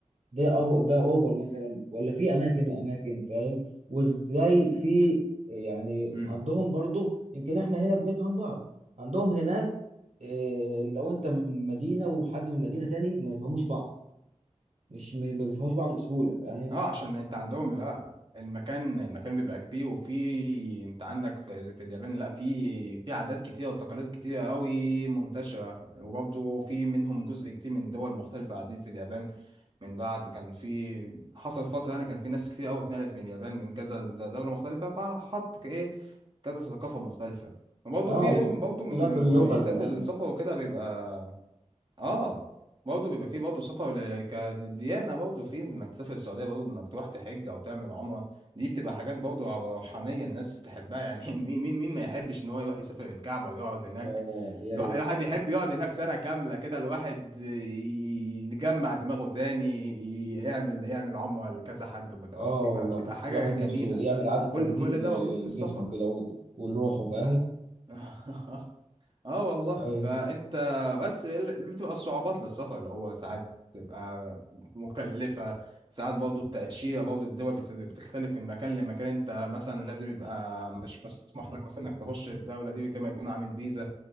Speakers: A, on the right; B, on the right.
A: ده أو ده اوفر مثلا ولا في اماكن واماكن فاهم وازاي في يعني
B: امم
A: عندهم برضو يمكن احنا هنا بنفهم بعض عندهم هناك إيه لو انت من مدينة وحد من مدينة تاني ما يفهموش بعض مش م- ما بيفهموش بعض بسهولة فاهم
B: اه عشان انت عندهم لا المكان المكان بيبقى كبير وفي انت عندك في, ال- في اليابان لا في في عادات كتيره وتقاليد كتيره قوي منتشره وبرضه في منهم جزء كتير من دول مختلفه قاعدين في اليابان من بعد كان في حصل فتره يعني كان في ناس كتير قوي اتنقلت من اليابان من كذا د- دوله مختلفه فحط ك- ايه كذا ثقافه مختلفه وبرضه
A: اه
B: في
A: واختلاف
B: برضه من مميزات
A: اللغة كمان
B: السفر وكده بيبقى اه برضه بيبقى فيه برضه سفر ل- كديانة برضه فيه انك تسافر السعودية برضه انك تروح تحج او تعمل عمرة دي بتبقى حاجات برضه روحانية الناس تحبها يعني <laughs> مين مين مين ما يحبش ان هو يروح يسافر الكعبة ويقعد هناك
A: اه يا
B: الوا-
A: ريت
B: الواحد يحب يقعد هناك سنة كاملة كده الواحد ي- يجمع دماغه تاني ي- يعمل يعمل عمرة لكذا حد متوفي
A: اه والله
B: فبتبقى حاجة
A: الواحد
B: جميلة
A: نفسه يعمل إعادة
B: كل
A: تجديد
B: كل
A: لجسمه
B: ده موجود في السفر
A: كده وال- ولروحه فاهم
B: <laughs> اه والله
A: ايوه
B: فانت بس ال- اللي بتبقى الصعوبات للسفر اللي هو ساعات بتبقى مكلفة ساعات برضه التأشيرة برضه الدول بت- بتختلف من مكان لمكان انت مثلا لازم يبقى مش مسموح لك مثلا انك تخش الدولة دي غير ما يكون عامل فيزا